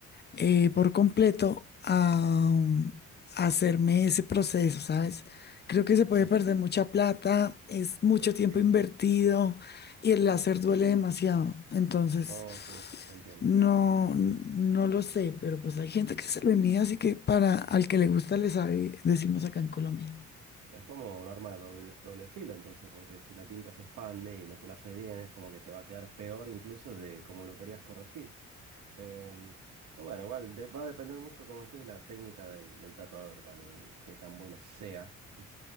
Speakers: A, on the left (about 35°); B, on the right (about 80°).
A: eh, por completo a, um, a hacerme ese proceso, ¿sabes? Creo que se puede
B: sí.
A: perder
B: sí.
A: mucha plata, es mucho
B: <clears throat>
A: tiempo invertido y el láser duele demasiado. Entonces,
B: Oh, sí, entiendo.
A: no, no lo sé, pero pues hay gente que se lo envía, así que para al que le gusta le sabe, decimos acá en Colombia.
B: Es como un arma de doble, doble filo, entonces, porque si la tinta se expande y no te la hace bien, es como que te va a quedar peor incluso de como lo querías corregir. Em, pero bueno, igual de- va a depender mucho, como decís, de la técnica del, del tatuador también y qué tan bueno sea. <laughs>